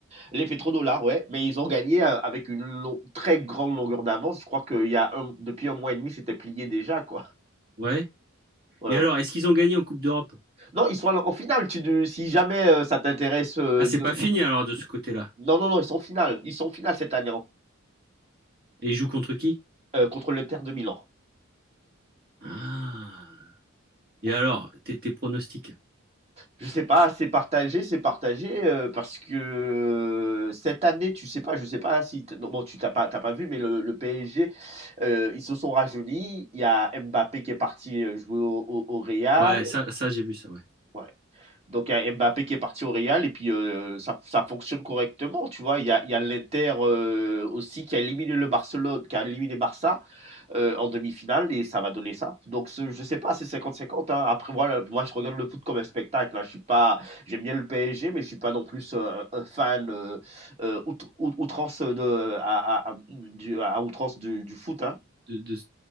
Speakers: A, on the right; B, on the right.
A: Les pétrodollars, ouais, mais ils ont gagné, heu, avec une long très grande longueur d'avance. Je crois qu'il y a un depuis un mois et demi, c'était plié déjà, quoi.
B: Ouais.
A: <laughs> Ouais,
B: Et
A: ouais.
B: alors, est-ce qu'ils ont gagné en Coupe d'Europe?
A: Non, ils sont à la en finale, tu si jamais, heu, ça t'intéresse, heu,
B: Ah, c'est
A: de
B: pas fini alors de ce côté-là.
A: non, non, non, ils sont en finale, ils sont en finale cette année
B: Et ils jouent contre qui?
A: euh, contre l'Inter de Milan.
B: Ah. Et
A: Bon,
B: alors, tes tes pronostics?
A: Je sais pas, c'est partagé, c'est partagé euh, parce que euh, cette année, tu sais pas, je sais pas si t- non, bon, tu t'as pas t'as pas vu, mais le, le PSG, euh, ils se sont rajeunis. Il y a Mbappé qui est parti euh, jouer au, au, au Real.
B: Ouais, ça, ça j'ai vu ça, ouais.
A: Ouais. Donc il y a Mbappé qui est parti au Real et puis euh, ça, ça fonctionne correctement, tu vois. Il y a, il y a l'Inter euh, aussi qui a éliminé le Barcelone, qui a éliminé Barça. euh, en demi-finale et ça va donner ça. Donc ce- je sais pas, c'est cinquante-cinquante. hein. Après voilà, moi je regarde le foot comme un spectacle. hein. Je suis pas, j'aime bien le PSG, mais je suis pas non plus euh, un, fan euh, euh, out- outrance de euh, à, à- à- du, à outrance du, du foot. hein.
B: de- de-